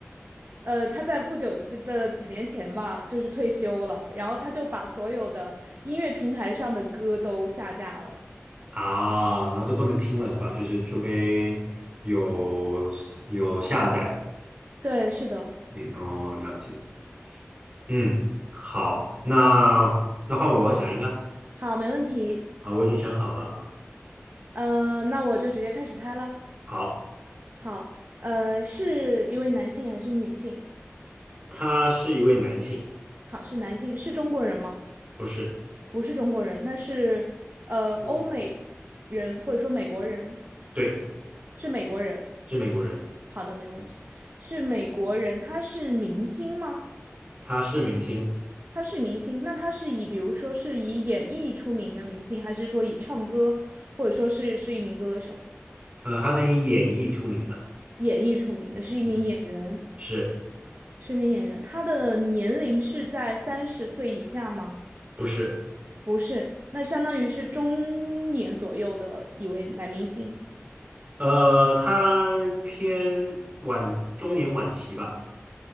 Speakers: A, on the right; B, on the right.
A: 呃，他在不久之的几年前吧，就是退休了，然后他就把所有的音乐平台上的歌都下架了。
B: 啊，然后都不能听了是吧？就是除非有有下载，
A: 对，是的，
B: 嗯哦，了解。嗯，好，那那换我，我想一个。
A: 好，没问题。
B: 好，我已经想好了。
A: 呃，那我就直接开始猜了。
B: 好，
A: 好，呃，是一位男性还是女性？
B: 他是一位男性，
A: 好，是男性，是中国人吗？
B: 不是，
A: 不是中国人，那是呃欧美
B: 嗯
A: 人或者说美国人，
B: 对，
A: 是美国人。
B: 是美国人，
A: 好的，没问题，是美国人。他是明星吗？
B: 他是明星。
A: 他是明星，那他是以比如说是以演艺出名的明星，还是说以唱歌，或者说是是一名歌手，
B: 呃，他是以演绎出名的，
A: 演艺出名的，是一名演员，
B: 嗯，是
A: 是一名演员。他的年龄是在三十岁以下吗？
B: 不是？
A: 不是，那相当于是中年左右的一位男明星。
B: 呃，他偏晚中年晚期吧，